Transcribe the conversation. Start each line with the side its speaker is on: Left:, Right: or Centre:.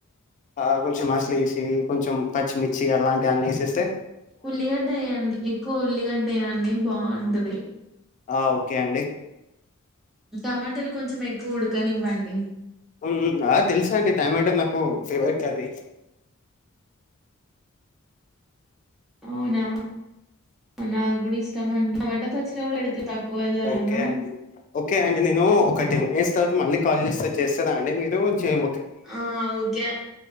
Left: ఆ కొంచెం ఆస్లు వేసి కొంచెం పచ్చిమిర్చి అలాంటి అన్నీ వేసేస్త
Centre: ఉల్లిగడ్డ వేయండి ఎక్కువ ఉల్లిగడ్డ వేయండి బాగుంటది
Left: ఆ ఓకే అండి
Centre: టమాటాలు కొంచెం ఎక్కువ ఉడకనివ్వండి
Left: ఉ తెలుసా అండి టమాటో నాకు ఫేవరెట్ అది
Centre: అవునా నాకు కూడా ఇష్టం అండి టమాటా పచ్చడి కూడా పెడితే తక్కువ ధర
Left: ఓకే
Centre: కదా
Left: అండి ఓకే అండి నేను ఒక టెన్ డేస్ తర్వాత మళ్ళీ కాల్ చేస్త వచ్చేస్తా. అండి మీరు చేయ
Centre: ఆ ఓకే